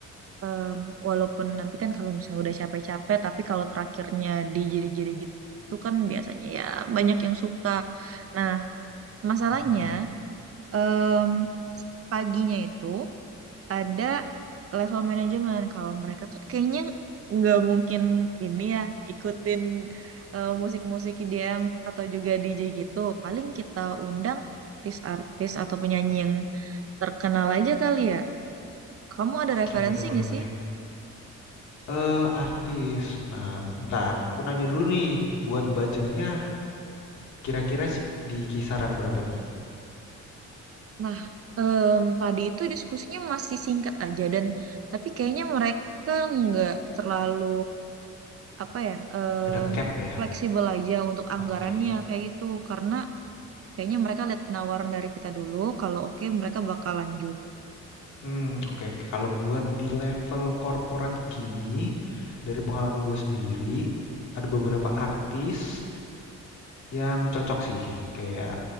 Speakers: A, on the right; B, on the left.
A: Em, walaupun nanti kan kalau misalnya udah capek-capek, tapi kalau terakhirnya dijadi-jadi gitu kan biasanya ya banyak yang suka. Nah, masalahnya
B: Mm-mm.
A: em, paginya itu ada level manajemen. Kalau mereka kan kayaknya nggak mungkin ini ya ikutin eh, musik-musik IDM atau juga DJ gitu. Paling kita undang artis-artis atau penyanyi yang terkenal aja kali ya. Kamu ada referensi
B: Boleh, boleh,
A: nggak
B: boleh.
A: sih?
B: Eh, artis. Nah, ntar aku nanya dulu nih, buat budgetnya kira-kira s- di kisaran berapa nih?
A: Nah, em, tadi itu diskusinya masih singkat aja dan tapi kayaknya mereka nggak terlalu apa ya em,
B: Ada cap ya?
A: fleksibel aja untuk anggarannya
B: Oke.
A: kayak gitu karena kayaknya mereka lihat penawaran dari kita dulu kalau oke mereka bakal lanjut.
B: Hmm, oke. Kalau buat di level corporate gini, dari pengalaman gue sendiri, ada beberapa artis yang cocok sih kayak